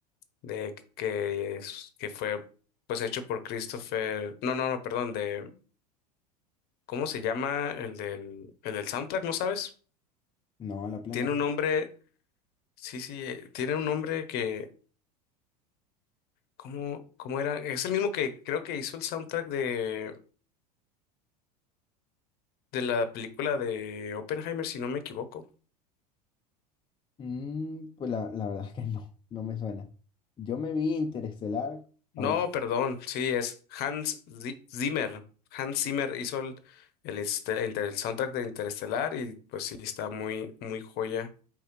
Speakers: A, on the left (about 50°); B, on the left (about 25°).
A: de que, es- que fue pues hecho por Christopher, no, no, no, perdón, de, ¿cómo se llama el del, el del soundtrack, no sabes?
B: No, la plena.
A: Tiene un nombre, sí, sí, eh, tiene un nombre que ¿Cómo, cómo era? Es el mismo que creo que hizo el soundtrack de, de la película de Oppenheimer, si no me equivoco.
B: Mm, pues la, la verdad es que no, no me suena. Yo me vi Interestelar
A: No,
B: ahorita.
A: perdón, sí, es Hans Zi- Zimmer. Hans Zimmer hizo el, el, este- inter- el soundtrack de Interestelar y pues sí, está muy, muy joya.